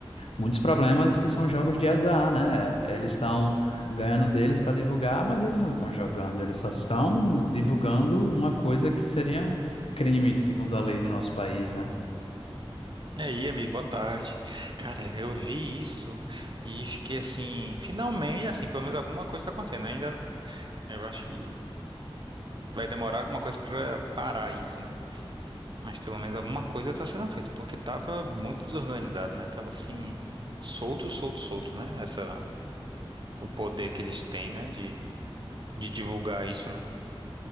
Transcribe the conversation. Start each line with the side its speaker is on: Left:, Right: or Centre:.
Left: Muitos problemas que são jogos de azar, né? Eles estão ganhando deles para divulgar, mas eles não estão jogando, eles só estão divulgando uma coisa que seria um crime, segundo a lei do nosso país, né?
Right: E aí, amigo, boa tarde. Cara, eu vi isso e fiquei assim, finalmente, assim, pelo menos alguma coisa está acontecendo. Ainda eu acho que vai demorar alguma coisa para parar isso, né? Mas pelo menos alguma coisa está sendo feita, porque tava muito desorganizado, né? Tava assim, solto, solto, solto, né? Essa, o poder que eles têm, né, de, de divulgar isso, né?